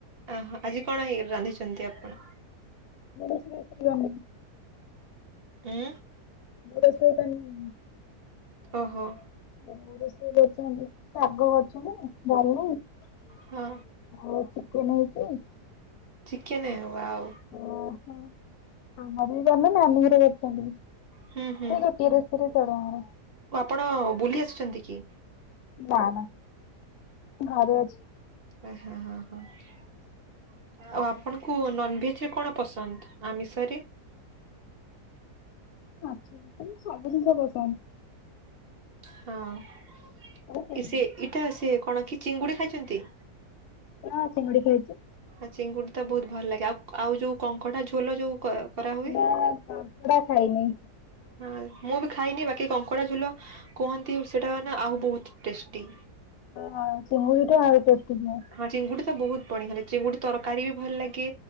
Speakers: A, on the right; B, on the left.
A: ଓ ହ ଆଜି କଣ ହେଇ ରାନ୍ଧିଛନ୍ତି ଆପଣ।
B: <unintelligible>
A: ହୁଁ।
B: ମୁଁ ରୋସେଇ କରିନି
A: ଓହୋ।
B: ରୋଷେଇ ଶାଗ ଡାଲି ଆଉ
A: ହଁ
B: ଚିକେନ ହେଇଛି।
A: ଚିକେନ ୱାଓ
B: ଓ ହ ମ ବି ଜ ନାାନର କରଛନ୍ତିଛନ୍ତି
A: ହୁଁ ହୁଁ
B: ସେ ରୁଟି ର <unintelligible>
A: ଆପଣ ବୁଲି ଆସିୁଛନ୍ତି କି?
B: ନା ନା ଘରେ ଅଛି।
A: ଓ ହ ହ ହଁ। ଆଉ ଆପଣଙ୍କୁ ନନଭେଜ ରେ କଣ ପସନ୍ଦ ଆମିଷରେ।
B: ମାଛ ପସନ୍ଦ ସବୁ ଜିନିଷ ପସନ୍ଦ।
A: ହଁ
B: ସବୁ ପସନ୍ଦ।
A: ସେ ଇଟା ସେ କଣ କି ଚିଙ୍ଗୁଡି ଖାଇଛନ୍ତି।
B: ହଁ ଚିଙ୍ଗୁଡି ଖାଇଛି।
A: ହଁ ଚିଙ୍ଗୁଡି ତ ବହୁତ ଭଲ ଲାଗେ। ଆଉ ଆଉ ଯୋଉ କଙ୍କଡା ଝୋଲ ଯୋଉ କରାହୁଏ।
B: ନା କଙ୍କଡ଼ା <unintelligible> ଖାଇନି।
A: ହଁ ମୁଁ ବି ଖାଇନି ବାକି କଙ୍କଡା ଝୁଲ କୁହନ୍ତି। ସେଟା ନା ଆଉ ବହୁତ ଟେଷ୍ଟି।
B: ହଁ ତିଙ୍ଗୁଡି ଟା ଆ ଟେଷ୍ଟି।
A: ହଁ ଚିଙ୍ଗୁଡି ତ ବହୁତ ବଢିଆ। ଚିଙ୍ଗୁଡି ତରକାରୀ ବି ଭଲ ଲାଗେ।